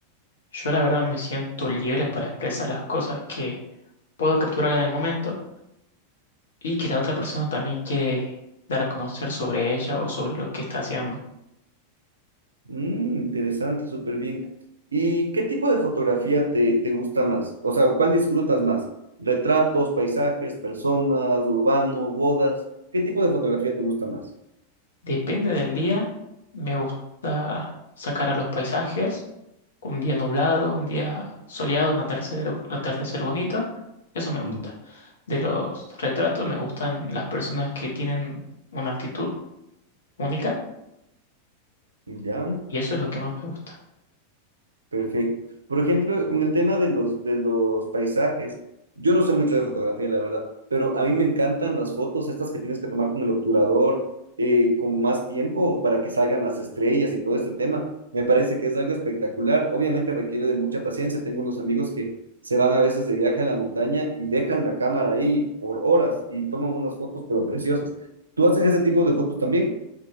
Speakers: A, on the left; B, on the right.
A: yo la verdad me siento libre para expresar las cosas que puedo capturar en el momento y que la otra persona también quiere dar a conocer sobre ella o sobre lo que está haciendo.
B: Mm, interesante, súper bien. ¿Y qué tipo de fotografía te, te gusta más? O sea, ¿cuál disfrutas más? ¿Retratos, paisajes, personas, urbano, bodas? ¿Qué tipo de fotografía te gusta más?
A: Depende del día, me gusta sacar a los paisajes Un día nublado, un día soleado, un atardecer, atardecer bonito. Eso me gusta.
B: Mm,
A: De los retratos me gustan las personas que tienen una actitud única
B: ¿Ya?
A: y eso es lo que más me gusta.
B: Perfecto. Por ejemplo, con el tema de los, de los paisajes, yo no sé mucho de fotografía, la verdad, pero a mí me encantan las fotos estas que tienes que tomar con el obturador, eh, con más tiempo para que salgan las estrellas y todo este tema. Me parece que es algo espectacular. Obviamente requiere de mucha paciencia. Tengo unos amigos que se van a veces de viaje a la montaña y dejan la cámara ahí por horas y toman unas fotos, pero preciosas. ¿Tú haces ese tipo de fotos también?